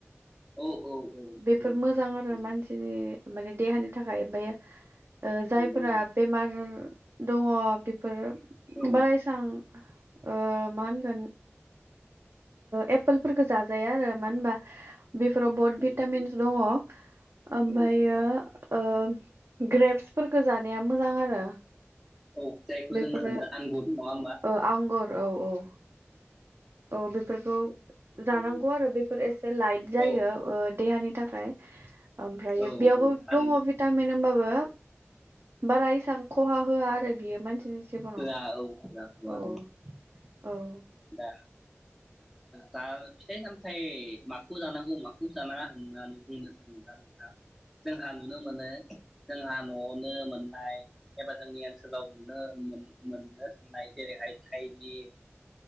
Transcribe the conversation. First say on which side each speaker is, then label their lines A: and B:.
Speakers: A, in the centre; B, on the right (about 60°).
A: औ औ औ
B: बेफोर
A: औ
B: मोजां आरो
A: नंगौ
B: मानसिनि माने देहानि थाखाय ओमफायो
A: औ
B: जायफोरा
A: नंगौ
B: बेमार दङ बेफोर
A: औ
B: बाराय सान ओ मा होनगोन एपोलफोरखौ जाजाया आरो मानो होनबा बेफोराव बहुत
A: नंगौ
B: भिटामिन्स
A: नंगौ
B: दङ ओमफ्रायो
A: औ
B: ओ ग्रेप्सफोरखौ जानाया मोजां आरो
A: औ जायखौ
B: बेफोरो
A: जोङो होनो आंगुर नङा होमबा?
B: ओ आंगुर औ औ औ बेफोरखौ
A: थिग
B: जानांगौ
A: बेबायदिनो
B: आरो बेफोर एसे लाइट जायो
A: औ
B: देहानि थाखाय। ओमफ्रायो
A: औ
B: बेयावबो
A: औ थारैनो
B: दङ भिटामिन होमबाबो बारा इसेबां खहा होआ आरो बियो मानसिनि जिबनाव
A: होवा औ होवा होवा
B: औ औ
A: दा जा फिथाइ सामथायाइ माखौ जानांगौ माखौ जानाङा होननानै बुंनो थाङोब्ला नोंथां जोंहा नुनो मोनो जोंहा नआवनो मोननाय एबा जोंनि ओनसोलाव नुनो मोननो थांनाय जेरैहाय थाइलिर